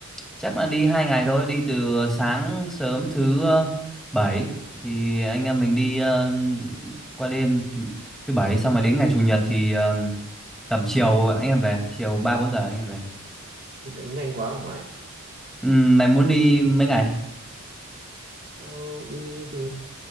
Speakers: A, in the centre; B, on the right.
A: Chắc là đi hai ngày thôi, đi từ sáng sớm thứ ờ, bảy thì anh em mình đi ờ, qua đêm chủ, thứ bảy xong rồi đến ngày chủ nhật thì ờ, tầm chiều anh em về, chiều 3 4 giờ anh em về.
B: thì lại có nhanh quá không mày
A: Ừm, mày muốn đi mấy ngày?
B: tao đi thì